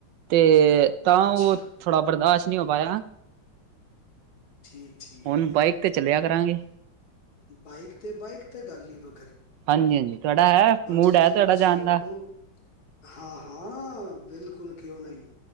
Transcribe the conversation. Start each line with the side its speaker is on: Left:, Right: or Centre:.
Right: ਤੇ ਤਾਂ
Left: ਅੱਛਾ
Right: ਉਹ ਥੋੜ੍ਹਾ ਬਰਦਾਸ਼ਤ ਨਹੀਂ ਹੋ ਪਾਇਆ
Left: ਠੀਕ ਠੀਕ
Right: ਹੁਣ
Left: ਹੈ
Right: ਬਾਈਕ ਤੇ ਚੱਲਿਆ ਕਰਾਂਗੇ
Left: ਬਾਈਕ ਤੇ ਬਾਈਕ ਤੇ ਗੱਲ ਹੀ ਵ
Right: ਹਾਂਜੀ ਹਾਂਜੀ ਤੁਹਾਡਾ ਹੈ ਮੂਡ
Left: ਜਿੱਥੇ
Right: ਹੈ ਤੁਹਾਡਾ
Left: ਮਰਜ਼ੀ
Right: ਜਾਣ
Left: ਰੋਕੋ
Right: ਦਾ
Left: ਹਾਂ ਹਾਂ ਬਿਲਕੁਲ ਕਿਹਾ ਨਾ ਹੀ